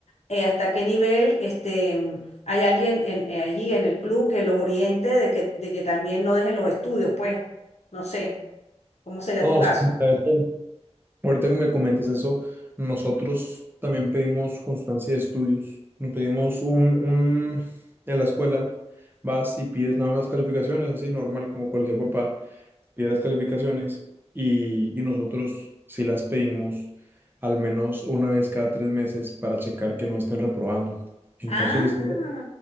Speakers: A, on the left; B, on the right.
A: eh, hasta qué nivel este, hay alguien en- eh, allí en el club que los oriente de que, de que también no dejen los estudios. Pues no sé, ¿cómo sería
B: No,
A: tu caso?
B: sí, de hecho, ahorita que me comentas eso, nosotros también pedimos constancia de estudios. Nos pedimos un, un, en la escuela, vas y pides nada más las calificaciones, así normal, como cualquier papá. pide las calificaciones y, y nosotros sí las pedimos al menos una vez cada tres meses para checar que no estén reprobando. En
A: Ah,
B: caso de que estén reprobando,